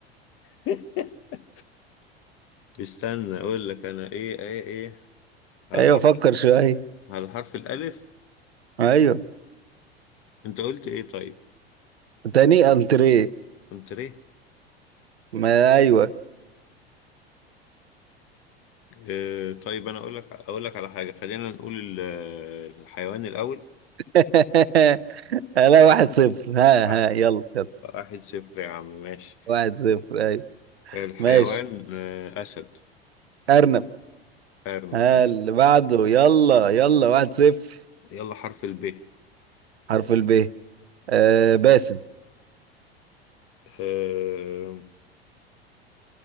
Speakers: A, on the left; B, on the right.
A: <laughs> استنى أقول لك أنا إيه إيه إيه على
B: ايوه
A: حرف
B: فكر شويه
A: على حرف الألف
B: ايوه
A: أنت قلت إيه طيب
B: تاني انتريه
A: أنتريه
B: ما ايوه
A: آه، طيب انا اقول لك اقول لك على حاجه خلينا نقول ال- الحيوان الاول
B: <laughs> لا واحد صفر ها
A: لا،
B: ها يلا يلا
A: واحد صفر يا عم ماشي
B: واحد صفر ايوه
A: الحيوان
B: ماشي
A: آه، اسد
B: ارنب
A: ارنب
B: ها
A: ماشي
B: اللي بعده يلا يلا واحد صفر
A: يلا حرف الب
B: حرف الب آه باسم
A: آه،